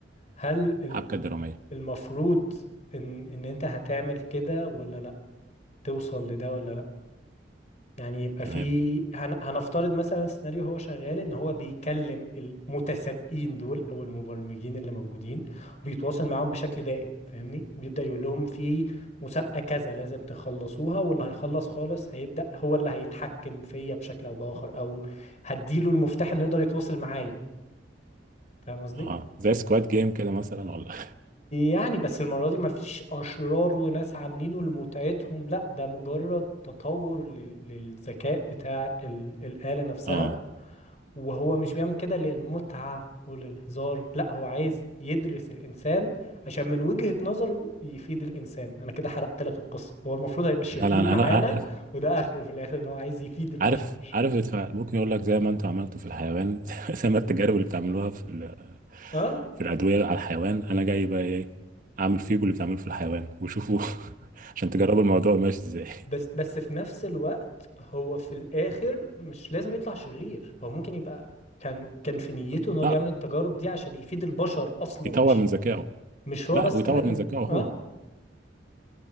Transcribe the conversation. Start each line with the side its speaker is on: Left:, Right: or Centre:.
Left: هل ال-
Right: حبكه
Left: ال-
Right: دراميه
Left: المفروض ان ان انت هتعمل كده ولا لا توصل لده ولا لا يعني يبقى
Right: تمام
Left: في هن- هنفترض مثلا السيناريو هو شغال ان هو بيكلم المتسابقين دول او المبرمجين اللي موجودين وبيتواصل معاهم بشكل دائم فاهمني بيبدأ يقول لهم في مسابقة كذا لازم تخلصوها واللي هيخلص خالص هيبدأ هو اللي هيتحكم فيا بشكل او بآخر او هديله المفتاح انه يقدر يتواصل معايا فاهم قصدي
Right: اه زي سكواد جيم كده مثلا ولا
Left: يعني بس المرة دي مفيش أشرار وناس عاملينه لمتعتهم لا ده مجرد تطور لل- للذكاء بتاع ال- الآلة
Right: <laughs>
Left: نفسها
Right: اه
Left: وهو مش بيعمل كده للمتعة وللهزار لا هو عايز يدرس الإنسان عشان من وجهة نظره يفيد الإنسان أنا كده حرقت لك القصة هو المفروض هيبقى شرير
Right: لا لا انا
Left: معانا
Right: أنا عارف
Left: وده آخره في الآخر إن هو عايز يفيد البشر
Right: عارف عارف الدفاع. ممكن يقول لك زي ما انتوا عملتوا في الحيوان <laughs> زي ما التجارب اللي بتعملوها في ال...
Left: آه؟
Right: في الادويه على الحيوان انا جاي بقى ايه اعمل فيكم اللي بتعملوه في الحيوان وشوفوا <laughs> عشان تجربوا الموضوع ماشي ازاي
Left: بس بس في نفس الوقت هو في الاخر مش لازم يطلع شرير هو ممكن يبقى كان كان في نيته
Right: <laughs>
Left: ان هو بيعمل
Right: اه
Left: التجارب دي عشان يفيد البشر اصلا
Right: يطور
Left: مش
Right: من ذكائه
Left: نفسه، مش هو
Right: لا
Left: بس
Right: ويطور
Left: كمان
Right: من
Left: الم-
Right: ذكائه هو
Left: اه